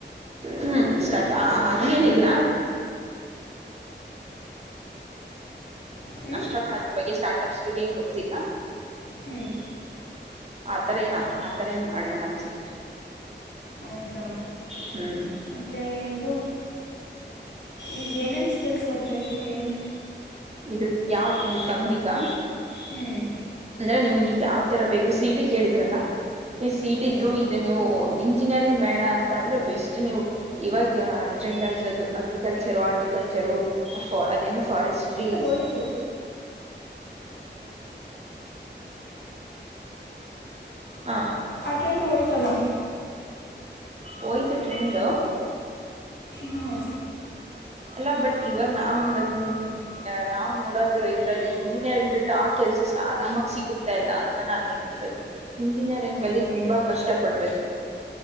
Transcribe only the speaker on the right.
ಹ್ಮ್ ಸ್ಟಾರ್ಟ್ ಆ ಹಂಗೇನಿಲ್ಲ.
ಅಷ್ಟಕೊಂದದ್ರ ಬಗ್ಗೆ ಸ್ಟಾರ್ಟ್ ಅಪ್ಸ್ ಬಗ್ಗೆ ಏನ್ ಗೊತ್ತಿಲ್ಲ.
ಆತರ ಏನಪ್ ಆ ಥರ ಏನ್ ಮಾಡಲ್ಲ ಅನ್ಸುತ್ತೆ.
ಹ್ಮ್
ಇದು ಯಾವ ಈ ಕಂಪ್ನಿಗಾ.
ಅಂದ್ರೆ ನಿಮಗೀಗ್ ಯಾವ್ ತರ ಬೇಕು ಸಿ ಇ ಟಿ ಕೇಳಿದ್ರಲ್ಲ ಸಿ
ಇ ಟಿ ತ್ರೋ ಇದೇನೆ. ನೀವು ಇಂಜಿನಿಯರಿಂಗ್ ಬೇಣ ಅಂತ ಅಂದರೆ ಬೆಸ್ಟ್ ನೀವು ಇವಾಗ ಟ್ರೆಂಡ್ ಆಗಿರೋದು ಅಗ್ರಿಕಲ್ಚರು ಆರ್ಟಿಕಲ್ಚರು. ಫ ಅದನೊ ಫಾರೆಸ್ಟ್ರಿ.
ಹಾ
ಹೋಯ್ತು ಟ್ರೆಂಡು.
ಅಲ್ಲ ಬಟ್ ಇವಾಗ ನಾವ್ ನೋಡದ್ ನಾವ್ ನೋಡೋದು ಇದ್ರಲ್ಲಿ ಇಂಜಿನಿಯರಿಂಗ್ ಬಿಟ್ಟು ಆ ಕೆಲ್ಸ ಸ ಆರಾಮಾಗಿ ಸಿಗುತ್ತೆ ಅಲ್ಲ ಅಂತ ನಾನ್ ಹೇಳ ತಿರದು ಇಂಜಿನಿಯರಿಂಗ್ ಅಲ್ಲಿ ತುಂಬಾ ಕಷ್ಟಪಡ್ಬೇಕು.